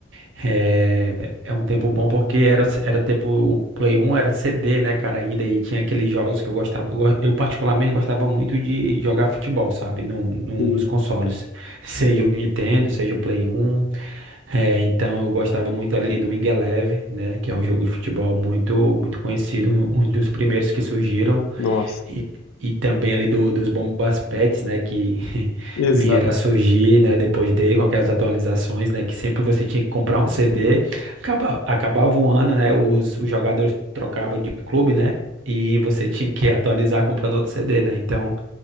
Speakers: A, on the right (about 65°); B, on the left (about 80°).
A: é, é um tempo bom porque era era tempo o Play 1 era CD, né, cara, ainda e tinha aqueles jogos que eu gostava, eu, go- eu particularmente gostava muito de jogar futebol, sabe, no, no-
B: Sim,
A: nos consoles, seja o Nintendo, seja o Play 1. É, então eu gostava muito ali do Wing Eleven, né, que é um jogo de futebol muito muito conhecido, um um dos primeiros que surgiram.
B: nossa,
A: E, e também ali do- dos bombas pets, né, que <laughs>
B: exato.
A: vieram a surgir, né, depois dele, com aquelas atualizações, né, que sempre você tinha que comprar um CD, acaba, acabava o ano, né, os, os jogadores trocavam de clube, né, e você tinha que atualizar comprando outro CD, né, então